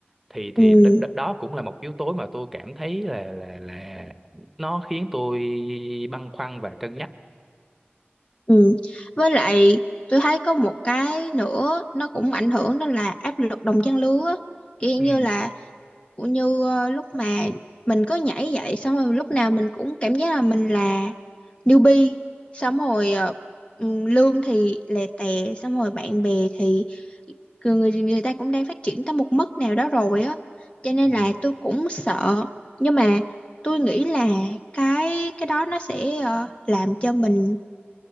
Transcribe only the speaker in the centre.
thì thì
đ, đ, đó cũng là một yếu tố mà tôi cảm thấy là là là nó khiến tôi băn khoăn và cân nhắc
ừ
ừ